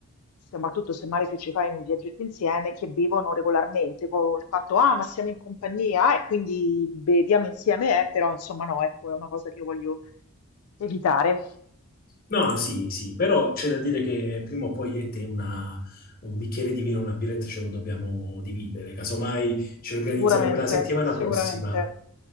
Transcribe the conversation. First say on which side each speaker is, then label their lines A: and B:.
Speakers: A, on the left; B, on the left.
A: soprattutto se male che ci fai un viaggetto insieme, che bevono regolarmente, con il fatto, ah, ma siamo in compagnia, e quindi beviamo insieme, eh", però insomma no, ecco, è una cosa che io voglio evitare.
B: No, sì, sì, però c'è da dire che prima o poi io e te una- un bicchiere di vino, una birretta ce lo dobbiamo dividere, casomai ci organizziamo
A: Sicuramente,
B: per la settimana
A: sicuramente.
B: prossima.